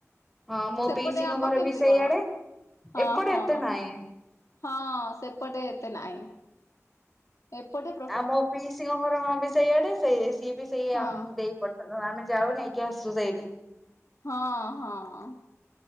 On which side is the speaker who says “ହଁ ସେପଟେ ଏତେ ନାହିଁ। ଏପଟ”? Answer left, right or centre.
Left